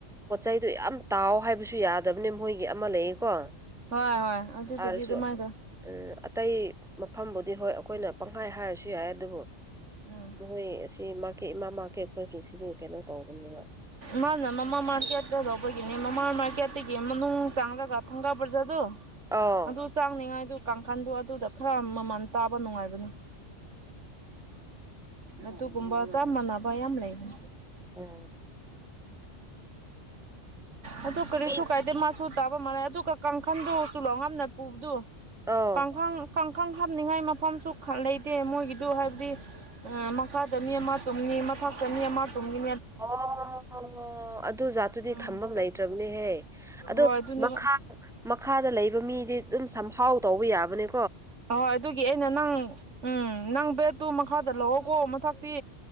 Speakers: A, in the centre; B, on the right.
A: ꯑꯇꯩꯗꯣ ꯌꯥꯝ ꯇꯥꯎ ꯍꯥꯏꯕꯁꯨ ꯌꯥꯗꯕꯅꯦ ꯃꯣꯏꯒꯤ ꯑꯃ ꯂꯩꯌꯦꯀꯣ
B: ꯍꯣꯏ ꯍꯣꯏ ꯑꯗꯨ
A: ꯇꯥꯔꯁꯨ
B: ꯇꯗꯤ ꯑꯗꯨꯃꯥꯏꯗ
A: ꯎꯝ ꯑꯇꯩ ꯃꯐꯝꯕꯨꯗꯤ ꯍꯣꯏ ꯑꯩꯈꯣꯏꯅ ꯄꯪꯈꯥꯏ ꯍꯥꯏꯔꯁꯨ ꯌꯥꯏ ꯑꯗꯨꯕꯨ
B: ꯎꯝ
A: ꯃꯣꯏ ꯑꯁꯤ ꯃꯥꯔꯀꯦꯠ ꯏꯃꯥ ꯃꯥꯔꯀꯦꯠ ꯐꯒꯤꯁꯤꯗꯤ ꯀꯩꯅꯣ ꯇꯧꯕꯅꯤ
B: ꯃꯥꯅ ꯃꯃꯥ ꯃꯥꯔꯀꯦꯠꯇ ꯂꯧꯕꯒꯤꯅꯤ ꯃꯃꯥ ꯃꯥꯔꯀꯦꯠꯇꯒꯤ ꯃꯅꯨꯡ ꯆꯥꯡꯔꯒ ꯊꯪꯒꯥ ꯕ꯭ꯔꯖꯥꯗꯨꯣ
A: ꯑꯥꯎ
B: ꯑꯗꯨ ꯆꯥꯡꯅꯤꯉꯥꯏꯗꯨ ꯀꯥꯡꯈꯟꯗꯣ ꯑꯗꯨꯗ ꯈꯔ ꯃꯃꯜ ꯇꯥꯕ ꯅꯨꯡꯉꯥꯏꯕꯅꯦ ꯑꯗꯨꯒꯨꯝꯕ ꯆꯞ ꯃꯥꯟꯅꯕ ꯌꯥꯝ ꯂꯩꯅꯦ
A: ꯎꯝ
B: ꯑ ꯇꯨ ꯀꯔꯤ
A: ꯃꯤ
B: ꯁꯨꯀꯥꯏꯗꯦ ꯃꯥꯁ ꯁꯨ ꯇꯥꯕ ꯃꯥꯜꯂꯩ ꯑꯗꯨꯒ ꯀꯥꯡꯈꯜꯗꯨ ꯆꯨꯂꯣꯉꯝꯅ ꯄꯨꯕꯗꯨ
A: ꯑꯧ
B: ꯀꯥꯡꯈꯜ ꯀꯥꯡꯈꯪ ꯍꯥꯞꯅꯤꯡꯉꯥꯏ ꯃꯐꯝꯁꯨ ꯂꯩꯇꯦ ꯃꯣꯏꯒꯤꯗꯨ ꯍꯥꯏꯕꯗꯤ ꯃꯈꯥꯗ ꯃꯤ ꯑꯃ ꯇꯨꯝ ꯃꯥ ꯆꯅꯤ ꯑꯃ ꯇꯨꯡꯒꯤ
A: ꯑꯣ ꯍ ꯍ ꯑꯗꯨ ꯖꯥꯠꯇꯨꯗꯤ
B: ꯎꯝ
A: ꯊꯝꯐꯝ ꯂꯩꯇ꯭ꯔꯕꯅꯦꯍꯦ ꯑꯗꯣ
B: ꯍꯣꯏ ꯑꯗꯨꯅꯦꯕ
A: ꯃꯈꯥ ꯃꯈꯥꯗ ꯂꯩꯕ ꯃꯤꯗꯤ ꯑꯗꯨꯝ ꯁꯝꯍꯥꯎ ꯇꯧꯕ ꯌꯥꯕꯅꯦ
B: ꯍꯣꯏ ꯑꯗꯨꯒꯤ ꯑꯩꯅ ꯅꯪ ꯎꯝ ꯅꯪ ꯕꯦꯠꯇꯨ ꯃꯈꯥꯗ ꯂꯑꯣꯣꯀꯣ ꯃꯊꯛꯇꯤ